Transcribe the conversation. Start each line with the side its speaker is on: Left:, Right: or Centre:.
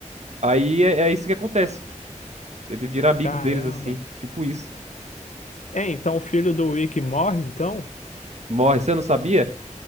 Right: Aí é, é isso que acontece. Ele vira amigo
Left: Caramba.
Right: deles assim, tipo isso.
Left: É, então o filho do Wick morre, então?
Right: Morre, você não sabia?